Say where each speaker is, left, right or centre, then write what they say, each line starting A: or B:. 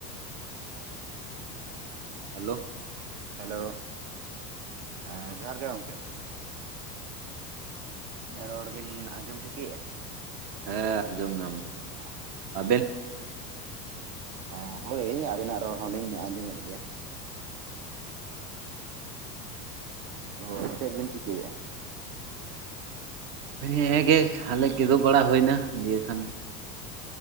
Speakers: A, on the right; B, on the right.
A: <inaudible>
B: Hello
A: hello ᱦᱮᱸ ᱡᱚᱦᱟᱨ ᱜᱮ ᱜᱚᱝᱠᱮ᱾ ᱤᱧᱟᱹᱜ ᱨᱚᱲ ᱵᱤᱱ ᱟᱸᱡᱚᱢ ᱴᱷᱤᱠᱟᱹᱭᱮ ᱟ᱾
B: ᱦᱮᱸ ᱟᱸᱡᱚᱢ ᱧᱟᱢ ᱫᱟᱞᱤᱧ ᱟᱵᱤᱱ᱾
A: ᱚᱸ ᱦᱚ ᱦᱳᱭ ᱟᱹᱵᱤᱱᱟᱜ ᱨᱚᱲ ᱦᱚᱸᱞᱤᱧ ᱟᱸᱡᱚᱢᱮᱫ ᱜᱮᱭᱟ᱾ ᱟᱫᱚ ᱪᱮᱫ ᱵᱤᱱ ᱪᱤᱠᱟᱹᱭᱮᱜᱼᱟ?
B: ᱦᱮᱸ ᱜᱮ ᱠᱷᱟᱞᱮ ᱠᱮᱫᱚᱜ ᱵᱟᱲᱟ ᱦᱩᱭᱱᱟ ᱫᱤᱭᱮ ᱠᱷᱟᱱ᱾